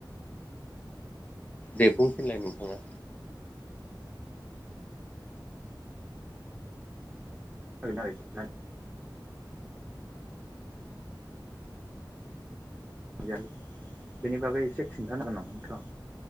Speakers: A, on the left; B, on the right.
A: दे बुंफिनलाय नोंथाङा।
B: <unintelligible> <unintelligible> बेनि बागै एसे खिन्थानो हागोन नामा नोंथाङा?